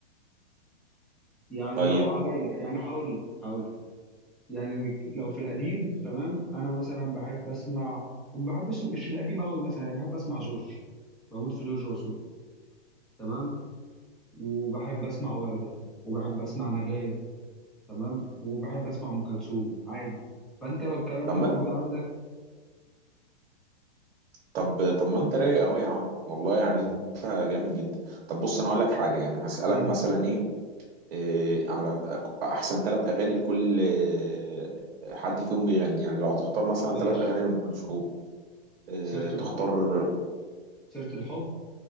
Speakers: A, in the centre; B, on the right.
A: يعني
B: طيب
A: روق عليا يعني هقول لك هقول لك يعني نك- لو في القديم تمام انا مثلا بحب اسمع ما بحبش مش القديم قوي مثلا يعني بحب اسمع جورج بموت في جورج وسوف تمام وبحب اسمع ورده وبحب اسمع نجاة تمام وبحب اسمع ام كلثوم عادي فانت لو الكلام
B: طب
A: ده
B: ما
A: موجود عندك
B: طب طب ما انت رايق اهو يا عم والله يعني انت جامد جدا طب بص انا اقول لك حاجه يعني هسالك
A: امم
B: مثلا ايه, إيه على احسن ثلاث اغاني لكل إيه، حد فيهم بيغني يعني لو هتختار مثلا
A: ماشي
B: ثلاث اغاني لام كلثوم إيه
A: سيره
B: تختار
A: الحب سيره الحب